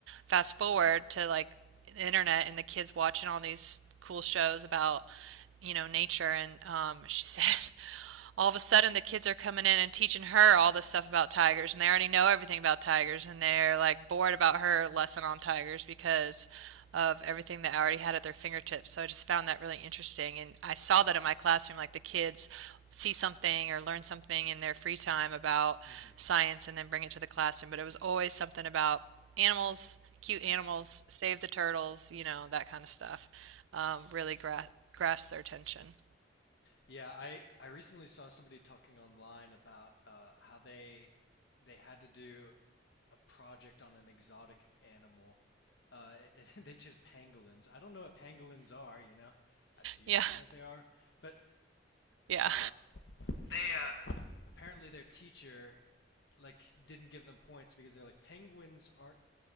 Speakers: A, on the right; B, on the left.
A: fast forward to like the internet and the kids watching all these cool shows about you know nature and um, she said <laughs> all of a sudden the kids are coming in and teaching her all this stuff about tigers and they already know everything about tigers and they're like bored about her lesson on tigers because of everything that I already had at their fingertips. So I just found that really interesting and I saw that in my classroom like the kids see something or learn something in their free time about
B: hmm
A: science and then bring it to the classroom, but it was always something about animals, cute animals, save the turtles, you know, that kind of stuff. Um, really gra grasped their attention.
B: Yeah, I I recently saw somebody talking online about uh, how they they had to do a project on an exotic animal. Uh, <laughs> and they chose pangolins. I don't know what pangolins are, you know. Uh, do
A: Yeah.
B: do
A: <laughs>
B: you know what they are? But
A: Yeah.
B: uh, they uh, apparently their teacher like didn't give them points because they're like penguins aren't